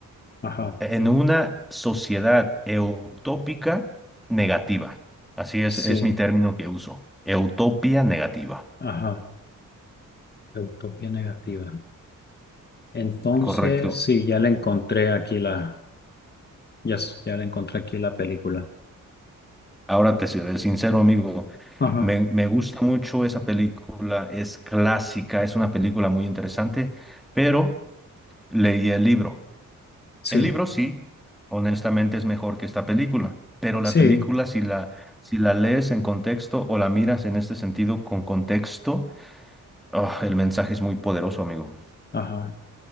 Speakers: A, on the left; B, in the centre.
A: ajá,
B: en una sociedad eutópica negativa. Así es,
A: sí,
B: es mi término que uso. Utopía negativa.
A: ajá. Utopía negativa. Entonces,
B: Correcto.
A: sí, ya le encontré aquí la, ya, s- ya le encontré aquí la película.
B: Ahora te seré sincero, amigo.
A: Ajá,
B: Me, me gusta mucho esa película, es clásica, es una película muy interesante, pero leí el libro.
A: sí.
B: El libro sí, honestamente es mejor que esta película, pero la
A: Sí,
B: película si la, si la lees en contexto o la miras en este sentido con contexto, oh, el mensaje es muy poderoso, amigo.
A: Ajá.